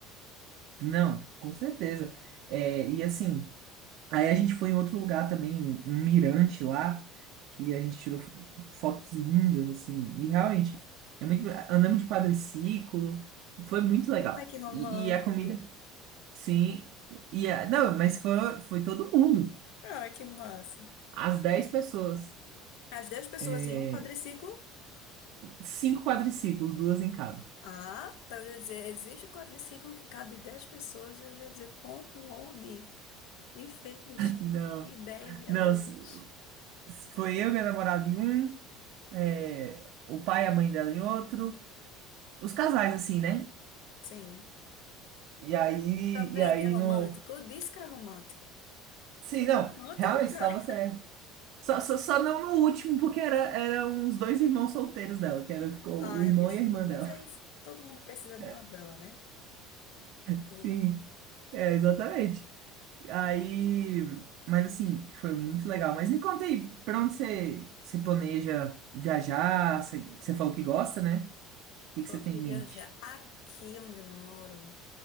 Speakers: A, on the right (about 65°); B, on the left (about 75°).
A: Não, com certeza. É, e assim. Aí a gente foi em outro lugar também, um, um mirante lá, que a gente tirou fo- fotos lindas, assim. E realmente, é muito. be- Andamos de quadriciclo, foi muito legal.
B: Ai, que romântico.
A: E, e a comida, sim. E a, não, mas foi, foi todo mundo.
B: Ai, que massa.
A: As 10 pessoas.
B: As 10 pessoas
A: É,
B: em um quadriciclo?
A: cinco quadriciclos, duas em cada.
B: Ah, tá, eu ia dizer, existe um quadriciclo que cabe 10 pessoas, eu ia dizer, como, onde, quem fez?
A: Não,
B: Que ideia mirabolante.
A: não. s- s- Foi eu e minha namorada em um, é, o pai e a mãe dela em outro. Os casais, assim, né?
B: Sim.
A: E aí,
B: Tá vendo
A: e aí
B: que é romântico?
A: no.
B: Eu disse que era romântico.
A: Sim,
B: Foi
A: não,
B: romântico,
A: realmente estava
B: cara.
A: certo. Só, só, só não no último, porque era, era uns dois irmãos solteiros dela, que era, ficou
B: Ai,
A: o irmão
B: bichinho,
A: e a irmã
B: mas
A: dela.
B: é isso. Todo mundo precisa de
A: <laughs>
B: uma vela, né?
A: Sim,
B: Sim,
A: é, exatamente. Aí, mas assim, foi muito legal. Mas me conta aí, pra onde você, você planeja viajar? Você, você falou que gosta, né? O que, que
B: gosto
A: você tem em
B: de viajar.
A: mente?
B: Aqui onde eu moro,